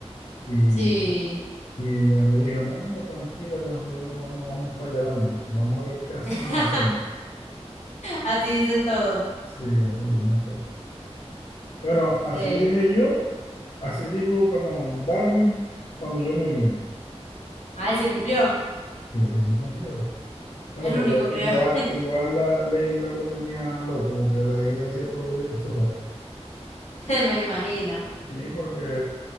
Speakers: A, on the left (about 55°); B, on the left (about 80°).
A: Y,
B: Sí.
A: y ella me dijo, no, no, tranquila, que nosotros nos vamos para allá también. Vamos a ver qué, hace-
B: <laughs>
A: cómo hacemos.
B: Así dicen todos.
A: Sí, así dicen todos. Pero así
B: Sí.
A: dije yo, así dijo, perdón, Darwin, cuando yo me vine.
B: Ah, él sí cumplió.
A: Y ese sí se cumplió. Bueno,
B: El
A: porque
B: único, creo.
A: igual,
B: <laughs>
A: igual la Lady lo, lo tenía loco, porque le, le decía todos los días que se fuera.
B: Me imagino.
A: Sí, porque